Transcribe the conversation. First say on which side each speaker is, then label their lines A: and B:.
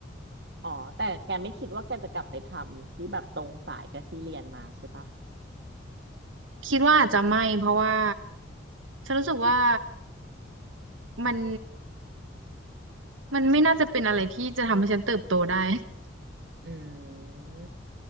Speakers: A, on the right; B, on the right.
A: อ๋อแต่แกไม่คิดว่าแกจะกลับไปทำที่แบบตรงสายกับที่เรียนมาใช่ปะ
B: คิดว่าอาจจะไม่ เพราะว่าฉันรู้สึกว่ามันมันไม่น่าจะเป็นอะไรที่จะทำให้ฉันเติบโตได้ <laughs>
A: อืม